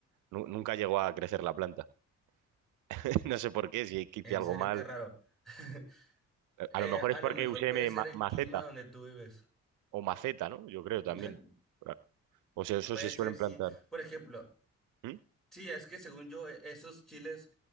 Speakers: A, on the right; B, in the centre.
A: nu- Nunca llegó a crecer la planta. <laughs> No sé por qué, si es que hice
B: En
A: algo
B: serio,
A: mal.
B: qué raro. <laughs>
A: Eh, A
B: Eh,
A: lo mejor
B: a
A: es porque
B: lo mejor
A: usé
B: puede
A: me-
B: ser
A: ma-
B: el
A: maceta
B: clima donde tú vives.
A: o maceta, ¿no? Yo creo también.
B: <laughs>
A: Claro. O sea, eso
B: Puede
A: se suelen
B: ser, sí.
A: plantar.
B: Por ejemplo,
A: ¿Mm?
B: sí, es que según yo, e- esos chiles.